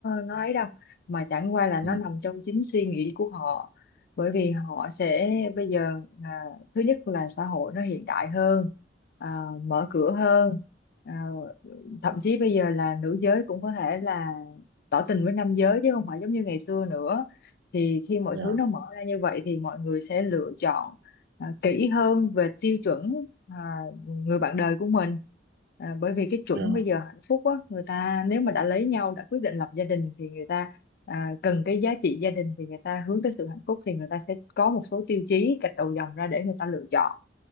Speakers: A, on the left; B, on the right.
A: nó ấy đâu mà chẳng qua là nó
B: Ừ,
A: nằm trong chính suy nghĩ của họ bởi vì họ sẽ bây giờ à, thứ nhất là xã hội nó hiện đại hơn à, mở cửa hơn ờ, thậm chí bây giờ là nữ giới cũng có thể là tỏ tình với nam giới chứ không phải giống như ngày xưa nữa thì khi mọi
B: dạ,
A: thứ nó mở ra như vậy thì mọi người sẽ lựa chọn à, kỹ hơn về tiêu chuẩn à, người bạn đời của mình à, bởi vì cái chuẩn
B: dạ.
A: bây giờ hạnh phúc á người ta nếu mà đã lấy nhau đã quyết định lập gia đình thì người ta à, cần cái giá trị gia đình thì người ta hướng tới sự hạnh phúc thì người ta sẽ có một số tiêu chí gạch đầu dòng ra để người ta lựa chọn